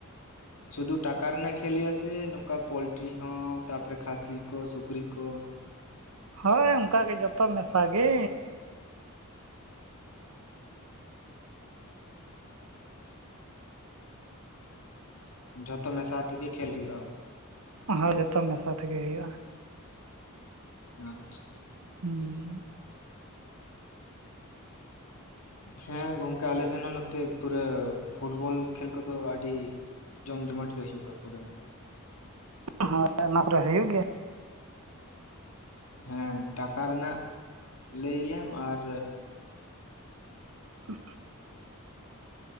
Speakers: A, on the left; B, on the right.
A: ᱥᱩᱫᱷᱩ ᱴᱟᱠᱟ ᱨᱮᱱᱟᱜ ᱠᱷᱮᱴᱮᱞ ᱦᱩᱭᱩᱜ ᱟᱥᱮ ᱱᱚᱝᱠᱟ ᱯᱳᱞᱴᱨᱤ ᱦᱚᱸ ᱛᱟᱯᱚᱨᱮ ᱠᱷᱟᱥᱤ? ᱠᱚ ᱥᱩᱠᱨᱤ ᱠᱚ
B: ᱦᱳᱭ ᱚᱱᱠᱟᱜ ᱜᱮ ᱡᱚᱛᱚ ᱢᱮᱥᱟᱜ ᱜᱮ
A: ᱡᱚᱛᱚ ᱢᱮᱥᱟ ᱟᱛᱮᱜᱮ ᱠᱷᱮᱞ ᱦᱩᱭᱩᱜ-ᱟ ᱵᱟᱝ ᱾
B: ᱟ ᱡᱚᱛᱚ ᱢᱮᱥᱟ ᱛᱮᱜᱮ ᱦᱩᱭᱩᱜ-ᱟ
A: ᱟᱪᱪᱷᱟ
B: ᱢ
A: ᱦᱮᱸ ᱜᱚᱝᱠᱮ ᱟᱞᱮ ᱥᱮᱱ ᱦᱚᱸ ᱱᱚᱛᱮ ᱯᱩᱨᱟᱹ ᱯᱷᱩᱴᱵᱚᱞ ᱠᱷᱮᱞ ᱠᱚ ᱫᱚ ᱟᱹᱰᱤ ᱡᱚᱢ ᱡᱚᱢᱟᱴ ᱜᱮ ᱦᱩᱭᱩᱜᱼᱟ ᱯᱩᱨᱟᱹ ᱾
B: ᱦᱚᱸᱭ ᱚᱱᱟ ᱠᱚ ᱨᱮ ᱦᱩᱭᱩᱜ ᱜᱮᱭᱟ ᱾
A: ᱦᱮᱸ ᱴᱟᱠᱟ ᱨᱮᱱᱟᱜ ᱞᱟᱹᱭᱟᱢ ᱟᱨ
B: ᱦᱩ